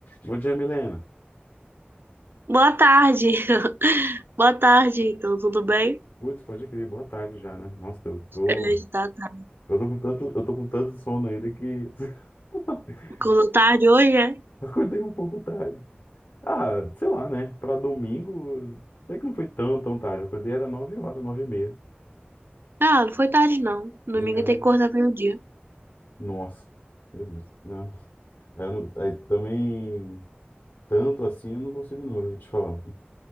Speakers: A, on the left; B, on the right.
A: Bom dia, Milena.
B: Boa tarde. <laughs> Boa tarde, então, tudo bem?
A: Putz, pode crer, boa tarde já, né? Nossa, eu tô,
B: É, tá, tá.
A: eu tô com tanto, eu tô com tanto sono ainda que <laughs>
B: Acordou tarde hoje, é?
A: acordei um pouco tarde. Ah, sei lá, né? Pra domingo, até que não foi tão, tão tarde. Eu acordei era 9 horas, 9 e meia.
B: Ah, não foi tarde, não. Domingo
A: E, ah,
B: tem que acordar meio-dia.
A: Nossa, meu Deus. né? Aí, eu não- aí também, tanto assim eu não consigo não, eu vou te falar.